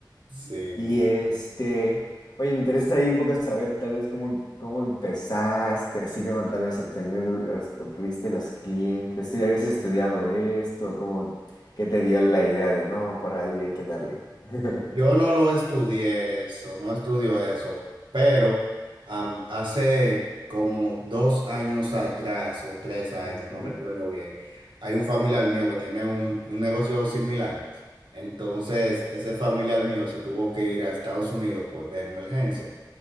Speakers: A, on the right (about 80°); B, on the left (about 60°).
A: Sí,
B: Y este, oye, me interesa ahí un poco saber tal vez cómo, em- cómo empezaste, así como tal vez obtener, los- obtuviste los clientes, tú ya habías estudiado esto, cómo, qué te dio la idea de no, por ahí hay que darle. <laughs>
A: yo no lo estudié eso, no estudio eso, pero am, hace como dos años atrás o tres años,
B: Ujú,
A: no recuerdo bien, hay un familiar mío que tiene un, un negocio similar. Entonces, ese familiar mío se tuvo que ir a Estados Unidos por, de emergencia.